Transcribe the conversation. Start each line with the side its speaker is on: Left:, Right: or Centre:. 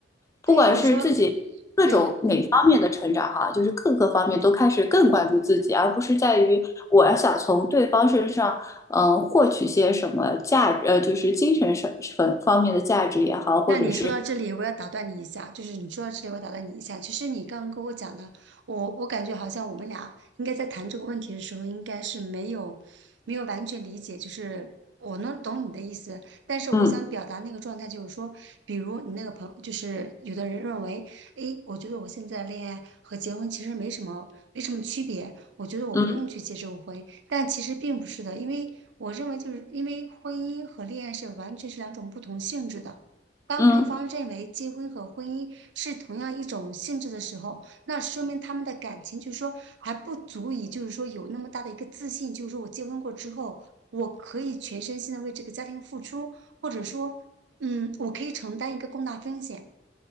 Left: 不管是自己各种哪方面的成长哈，
Right: 所以就是说，对，
Left: 就是各个方面都开始更关注自己，而不是在于我要想从对方身上，嗯、获取些什么价值，呃，就是精神上方方面的价值也好，或者是
Right: 那你说到这里，我要打断你一下，就是你说到这里，我要打断你一下。其实你刚刚跟我讲的，我我感觉好像我们俩应该在谈这个问题的时候，应该是没有没有完全理解，就是我能懂你的意思，但是我想表达那个状态就是说，
Left: 嗯
Right: 比如你那个朋友就是有的人认为，诶，我觉得我现在的恋爱和结婚其实没什么没什么区别，我觉得我不用去结这个婚，
Left: 嗯
Right: 但其实并不是的，因为我认为就是因为婚姻和恋爱是完全是两种不同性质的。当对方认为结婚和婚姻是同样一种性质的时候，
Left: 嗯，
Right: 那说明他们的感情就是说还不足以，就是说有那么大的一个自信，就是说我结婚过之后，我可以全身心的为这个家庭付出，或者说，嗯，我可以承担一个更大风险。